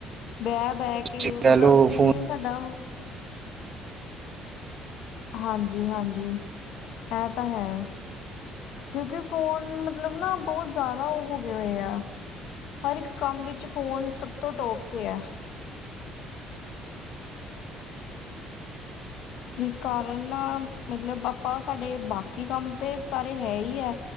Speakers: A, on the left; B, on the right.
A: ਬੈ ਬਹਿ ਕੇ
B: ਤੁਸੀਂ
A: ਮਤਲਬ-
B: ਕਹਿ ਲਓ
A: ਅੱਗੇ
B: ਫੋਨ
A: ਵੀ ਸਾਡਾ ਅਹੁ ਹਾਂਜੀ-ਹਾਂਜੀ, ਇਹ ਤਾਂ ਹੈ। ਕਿਉਂਕਿ ਫੋਨ ਮਤਲਬ ਨਾ ਬਹੁਤ ਜ਼ਿਆਦਾ ਉਵ ਹੋ ਗਏ ਆ। ਹਰ ਇੱਕ ਕੰਮ ਵਿੱਚ ਫੋਨ ਸਭ ਤੋਂ ਟੋਪ ਤੇ ਐ। <inaudible> ਜਿਸ ਕਾਰਨ ਨਾ ਮਤਲਬ- ਆਪਾਂ ਸਾਡੇ ਬਾਕੀ ਕੰਮ ਤੇ ਸਾਰੇ ਹੈ ਹੀ ਹੈ